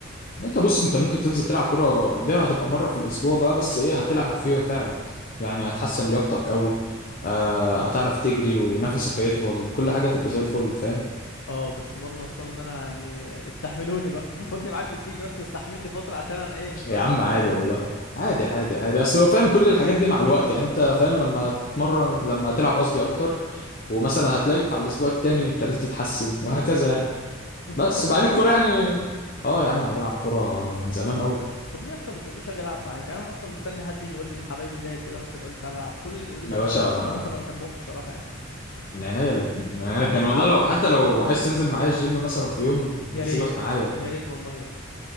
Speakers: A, on the left; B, on the left.
A: ما انت بص انت ممكن تنزل تلعب كرة دي هتبقى مرة في الأسبوع بقى بس ايه هتلعب فيها فعلا يعني هتحسن لياقتك قوي آه هتعرف تجري ونفسك هيطول كل حاجة هتبقى زي الفل فاهم
B: اه بس برضه هضطر ان انا يعني يستحملوني بقى <laughs> خدني معاك في التيم يا اسطى استحملني فتره عشان انا ايه مستواي
A: يا عم
B: مش توب
A: عادي والله عادي عادي عادي اصل هو فاهم كل الحاجات دي مع الوقت يعني انت فاهم لما تمرن لما تلعب قصدي اكتر ومثلا هتلاقيك في على الأسبوع التاني ابتديت تتحسن وهكذا يعني
B: انت
A: بس
B: اصلا بتلعب
A: وبعدين
B: كوره
A: الكرة يعني اه يا عم انا بلعب كرة من زمان قوي
B: طب ليه اصلا ما بتقوليش اجي العب معاك يعني انا اصلا مستني حد يجي يقول لي من حبايبي زيك كده مثلا يقول لي تعالى العب كل اللي بيقولوا
A: يا
B: لي اصلا
A: باشا
B: ناس انا ما بحبهمش صراحه يعني
A: من عينيا الاثنين من عينيا
B: عندك
A: الاثنين والله
B: عن...
A: لو حتى لو عايز تنزل معايا الجيم مثلا في يوم نزلك
B: يا ريت
A: معايا
B: يا ريت والله يا اسطى